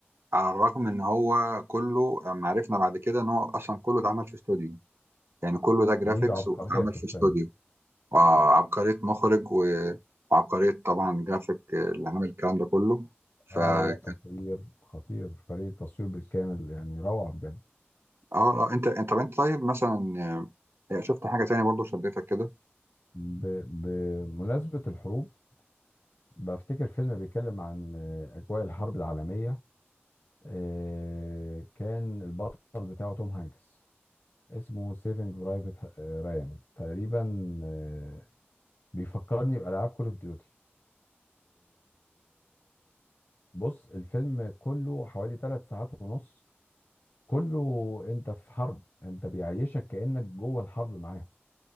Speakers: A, on the right; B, on the left.
A: على الرغم ان هو كله لما عرفنا بعد كده ان هو اصلا كله اتعمل في استوديو يعني كله ده جرافيكس
B: دي العبقريه
A: واتعمل
B: في
A: في
B: الفيلم
A: استوديو وعبقرية مخرج و- وعبقرية طبعا جرافيك اللي عامل الكلام ده كله ف
B: اه
A: اه
B: والتصوير خطير فريق التصوير بالكامل يعني روعة بجد
A: آه، انت انت طب انت طيب مثلا آه، شفت حاجة تانية برضو شدتك كده
B: ب- بمناسبة الحروب بفتكر فيلم بيتكلم عن آه، أجواء الحرب العالمية آه، كان البطل بتاعه توم هانكس اسمه سيفنج برايفت رايان تقريبا آه، بيفكرني بألعاب كول اوف ديوتي بص الفيلم كله حوالي ثلاث ساعات ونص كله انت في حرب انت بيعيشك كأنك جوه الحرب معاهم